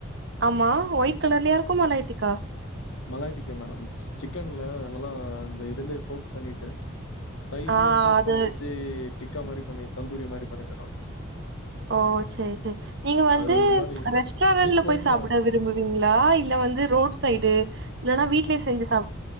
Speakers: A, on the right; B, on the left.
A: ஆமா ஒயிட்கலர்லயா இருக்கு மலாய்டிக்கா
B: மலாய்டிக்கா மேடம் சிக்கன்ல நல்லா இந்த இதுலா சோக் பண்ணிட்டு தயிர்லே
A: ஆ
B: சோக்
A: அது
B: பண்ணி வச்சு டிக்கா மாரி பண்ணி தந்தூரி மாரி பண்ணி தருவாங்க
A: ஓ சேரி சேரி நீங்க வந்து
B: அது ஒரு மாரி
A: ரெஸ்டாரண்ட்ல
B: மில்க்
A: போய்
B: ஒயிட்ல
A: சாப்பிட
B: வரும்.
A: வி ரும்புவீங்களா இல்ல வந்து ரோட் சைடு இல்லனா வீட்டுலயே செஞ்சு சாப்